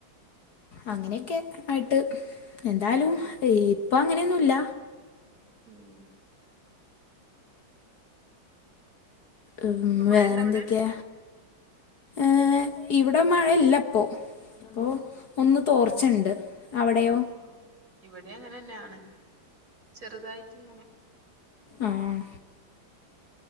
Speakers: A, on the left; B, on the right.
A: അങ്ങനെയൊക്കെ ആയിട്ട് എന്താലും
B: ഉം
A: ഇപ്പൊ അങ്ങനെയൊന്നുല്ല
B: ഉം
A: ഉം
B: ഇപ്പൊ മഴണ്ടോ
A: വേറെന്തെക്ക്യേ
B: അവിടെ
A: ഏഹ് ഇവിടെ മഴല്ലപ്പൊ പ്പോ ഒന്ന് തോർച്ചണ്ട് അവടെ യോ
B: ആഹ് ഇവടേം അങ്ങനെന്നാണ് ചെറുതായിട്ട് ഇങ്ങനെ
A: ആഹ്